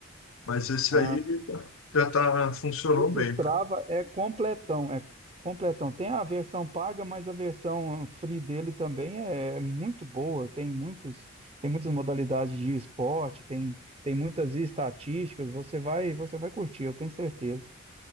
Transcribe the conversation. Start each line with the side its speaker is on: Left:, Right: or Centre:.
Left: mas esse
Right: Ah,
Left: aí ele tá- já tá, funcionou
Right: Esse
Left: bem.
Right: Strava é completão, é completão. Tem a versão paga, mas a versão free dele também é é muito boa. Tem muitos, tem muitas modalidades de esporte, tem, tem muitas estatísticas. Você vai, você vai curtir, eu tenho certeza.